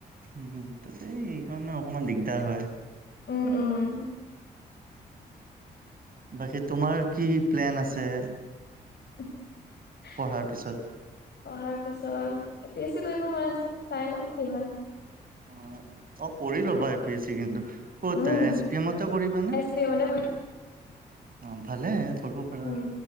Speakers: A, on the right; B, on the left.
A: উম, উম তাতে এইকাৰণে অকমান দিগ্‌দাৰ হ'য়।
B: অ ' অ '
A: বাকি তোমাৰ কি কি প্লেন আছে?
B: <unintelligible>
A: পঢ়াৰ পিছত।
B: পঢ়াৰ পিছত এ পি এছ চি কৰিব মন আছে। চাই লওঁ কি হ'য়।
A: অ', অ কৰি ল'বা এ পি এছ চি কিন্তু ক'ত
B: উম,
A: এছ পি এমতে কৰিবানে?
B: এছ পি এমতে কৰিম।
A: অ', ভালে কৰিব কৰিবা
B: উম,